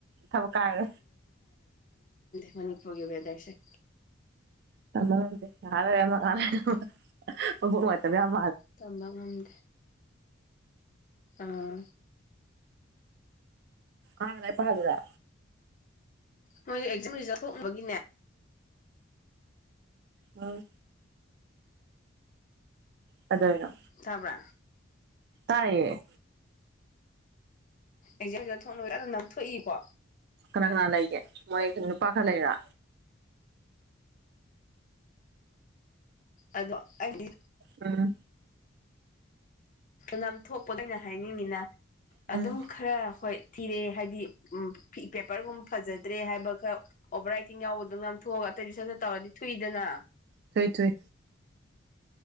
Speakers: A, on the right; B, on the left.
A: ꯊꯕ ꯀꯑꯦ
B: ꯃꯅꯤꯛ ꯍꯒꯦꯕꯦꯗꯁꯦ
A: ꯑꯦꯥꯥꯔ
B: ꯇꯝꯕ ꯉꯝꯗꯦ ꯑꯥ
A: ꯑꯅꯦ ꯄ ꯍꯥꯏꯗ
B: ꯃꯣꯏ ꯑꯦꯛꯖꯥꯝ ꯔꯤꯖꯜ ꯊꯣꯛꯅꯕꯒꯤꯅꯦ
A: ꯎ ꯑꯗꯥꯏꯅ
B: ꯊꯕ꯭ꯔ
A: ꯇꯥꯏꯌꯦ
B: ꯑꯦꯛꯖꯥꯝꯁꯤꯗ ꯊꯣꯛꯣꯡꯅꯕꯖꯅ ꯅꯝꯊꯣꯛꯏꯀꯣ
A: ꯀꯅꯥ ꯂꯩꯒꯦ ꯃꯣꯏ ꯅꯨꯄꯥ ꯈꯔ ꯂꯩꯔ
B: ꯑꯗꯣ ꯍꯥꯏꯗꯤ
A: ꯎꯝ
B: ꯅꯝ ꯊꯣꯛꯄꯗ ꯑꯩꯅ ꯍꯥꯏꯅꯤꯡꯉꯤ
A: ꯎꯝ
B: ꯑꯗꯨꯝ ꯈꯔ ꯍꯣꯏ ꯊꯤꯔꯛꯑꯦ ꯍꯥꯏꯗꯤ ꯎ ꯄꯦꯄꯔꯒꯨꯝꯕ ꯐꯖꯗ꯭ꯔꯦ ꯍꯥꯏꯕ ꯈꯔ ꯑꯣꯚꯔ ꯔꯥꯏꯇꯤꯡ ꯌꯥꯎꯕꯗꯣ ꯌꯥꯝ ꯊꯣꯛꯑꯒ ꯑꯇꯩꯗꯤ ꯁꯠ ꯁꯠ ꯇꯧꯔꯗꯤ ꯊꯨꯏꯗꯅ
A: ꯊꯨꯏ ꯊꯨꯏ